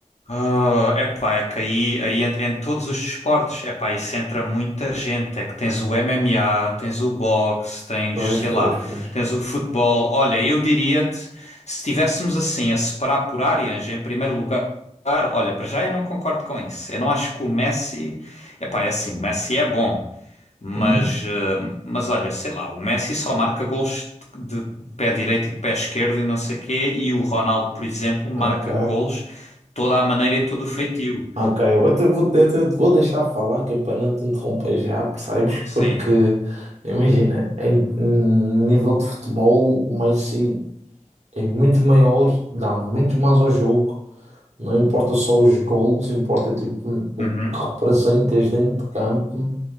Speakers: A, on the left (about 60°); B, on the right (about 60°).
A: Ah, epá, é que aí, aí em, em todos os desportos, epá, isso entra muita gente. É que tens o MMA, tens o boxe, tens,
B: Pois,
A: sei lá,
B: pois, pois.
A: tens o futebol. Olha, eu diria-te, se estivéssemos assim a separar por áreas, em primeiro lugar, olha, para já eu não concordo com isso. Eu não acho que o Messi, epá, é assim, o Messi é bom. Mas,
B: Hum,
A: eh, mas olha, sei lá, o Messi só marca gols de pé direito e de pé esquerdo e não sei quê, e o Ronaldo, por exemplo, marca
B: ok.
A: gols toda a maneira e todo o feitio.
B: Ok, eu até vou, até te vou deixar falar, que é para não te interromper já, percebes?
A: Sim.
B: Porque, imagina, em em nível de futebol, o Messi é muito maior, dá muito mais ao jogo. Não importa só os gols, importa tipo o
A: Uhum.
B: que representas dentro de campo,